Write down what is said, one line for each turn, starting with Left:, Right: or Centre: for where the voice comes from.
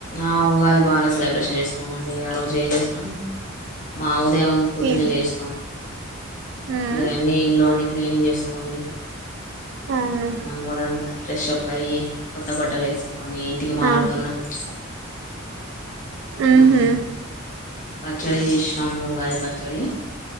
Left: ఆ ఊగాది బానే సెలబ్రేషన్ చేస్కున్నం అండి ఆ రోజు ఏం చేస్నం మా ఊ దేవం పొద్దున్నే
Right: ఏం
Left: లేస్నం
Right: హ్మ్
Left: ఇగన్నీ ఇల్లూ అన్ని క్లీనింగ్ చేస్కోనీ
Right: అవును
Left: మా గుడంతా ఫ్రెషప్ అయ్యి కొత్త బట్టలేస్కొనీ ఇంటికి మామిడి
Right: ఆ
Left: తోరణాలు క
Right: ఉహూ
Left: మ్ పచ్చడి చేష్ణాము ఉగాది పచ్చడి